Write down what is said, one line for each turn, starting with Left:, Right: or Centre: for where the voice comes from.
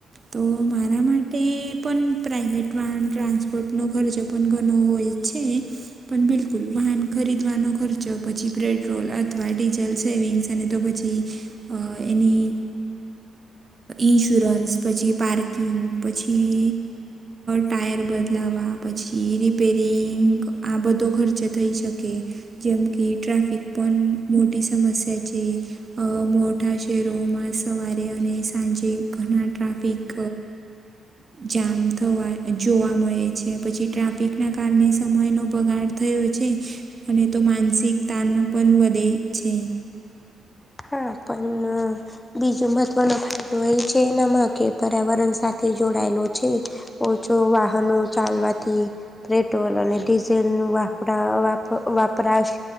Left: હ
Right: તો મારા માટે પણ પ્રાઇવેટ વાહન ટ્રાન્સપોર્ટનો ખર્ચો પણ ઘણો હોય છે. પણ બિલકુલ વાહન ખરીદવાનો ખર્ચો પછી પેટ્રોલ અથવા ડીઝલ સેવિંગ્સ અને તો પછી અ એની ઇન્સ્યોરન્સ પછી પાર્કિંગ પછી ટાયર બદલાવા પછી રિપેરિંગ આ બધો ખર્ચે થઈ શકે. જેમ કે ટ્રાફિક પણ મોટી સમસ્યા છે. અ મોટા શહેરોમાં સવારે અને સાંજે ઘણા ટ્રાફ પીક જામ થવા જોવા મળે છે પછી ટ્રાફિકના કારણે સમયનો બગાડ થયો છે અને તો માનસિક તણ પણ વધે છે.
Left: હા પણ બીજો મહત્વનો ફાયદો એ છે એનામાં કે પર્યાવરણ સાથે જોડાયેલો છે. ઓછો વાહનો ચાલવાથી પેટ્રોલ અને ડીઝલ નું વાપરાપ વાપરાશ